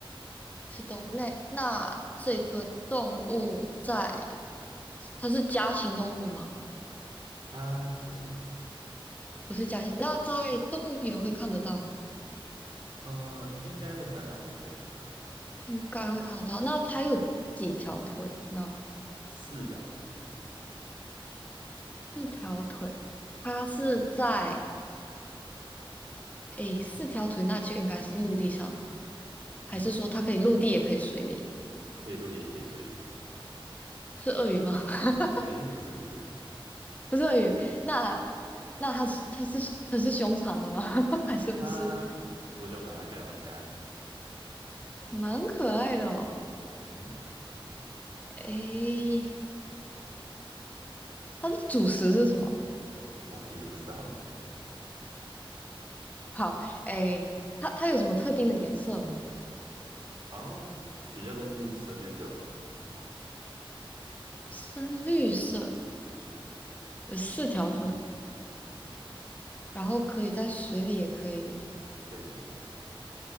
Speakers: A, on the left; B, on the right.
A: 是动物类。那这个动物在，它是家禽动物吗？
B: 它不是，
A: 不是家禽。那在动物园会看得到吗？
B: 呃，应该会看得到，对，
A: 应该会看得到。那它有几条腿呢？
B: 四条，
A: 四条腿。它是在，诶，四条腿那就应该是陆地上了，还是说它可以陆地也可以水里？
B: 嗯，可以陆地也可以水里，
A: 是鳄鱼吗？<laughs>
B: 哎，不是不是，
A: 不是鳄鱼。那那它是它是它是凶残的吗？<laughs> 还是不是？
B: 它不是凶残，它看起来蛮可爱的。
A: 蛮可爱的哦。
B: 嗯，
A: 诶，它的主食是什么？<laughs>
B: 我其实不知道哎，<laughs>
A: 好，哎，它它有什么特定的颜色吗？
B: 好像比较都是深绿色吧。
A: 深绿色，有四条腿，然后可以在水里，也可以，
B: 对对对，